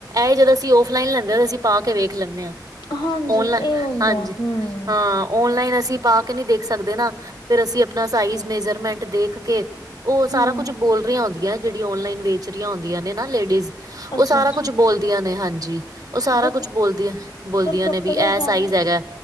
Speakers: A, on the right; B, on the left.
A: ਐ ਜਦੋਂ ਅਸੀਂ ਓਫਲਾਈਨ ਲੈਂਦੇ ਆ ਤੇ ਅਸੀ ਪਾ ਕੇ ਵੇਖ ਲੈਂਨੇ ਆਂ।
B: ਹਾਂਜੀ
A: ਓਨਲਾ,
B: ਇਹ ਹੁੰਦਾ
A: ਹਾਂਜੀ,
B: ਹੈ ਹੂੰ
A: ਹਾਂ ਓਨਲਾਈਨ ਅਸੀਂ ਪਾਕੇ ਨਹੀਂ ਦੇਖ ਸਕਦੇ ਨਾ, ਫਿਰ ਅਸੀਂ ਆਪਣਾ ਸਾਈਜ਼ ਮੇਜਰਮੇਂਟ ਦੇਖਕੇ ਉਹ
B: ਹੂੰ
A: ਸਾਰਾ ਕੁਝ ਬੋਲ ਰਹੀ ਹੋਂਦੀਆ, ਜਿਹੜੀ ਓਨਲਾਈਨ ਵੇਚ ਰਹੀਆਂ ਹੁੰਦੀਆਂ ਨੇ ਨਾ ਲੇਡੀਜ਼। ਉਹ
B: ਅੱਛਾ
A: ਸਾਰਾ
B: ਅੱਛਾ
A: ਕੁਝ ਬੋਲਦੀਆਂ ਨੇ ਹਾਂਜੀ, ਉਹ ਸਾਰਾ
B: ਬਟ
A: ਕੁਝ ਬੋਲਦੀ ਆ, ਬੋਲ
B: ਪਰ ਕੱਪੜੇ
A: ਨੇ ਵੀ ਐ
B: ਦਾ
A: ਸਾਈਜ਼
B: ਨੀ
A: ਹੈਗਾ,